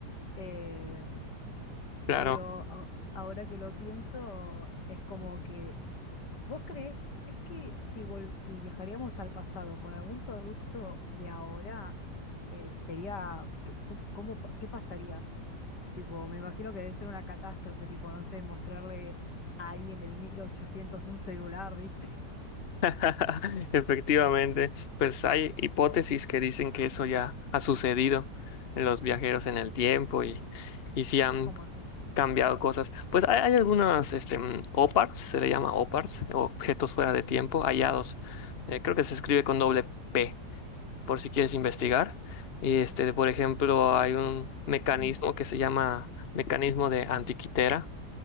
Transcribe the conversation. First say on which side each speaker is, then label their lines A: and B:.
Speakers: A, on the left; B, on the left.
A: Eh,
B: Claro.
A: pero a- ahora que lo pienso, es como que ¿Vos creés que si, vol- si viajaríamos al pasado con algún producto de ahora, eh, sería, qué, cómo- cómo pa- qué pasaría? Tipo, me imagino que debe ser una catástrofe, tipo, no sé, mostrarle a alguien del 1800 un celular, ¿viste? <laughs>
B: <laughs> Efectivamente, pues hay hipótesis que dicen que eso ya ha sucedido en los viajeros en el tiempo y, y si han
A: Como así.
B: cambiado cosas. Pues hay, hay algunas, este, mm, oparts, se le llama oparts, objetos fuera de tiempo, hallados. Eh, creo que se escribe con doble P, por si quieres investigar. Y este, por ejemplo, hay un mecanismo
A: Mm.
B: que se llama mecanismo de antiquitera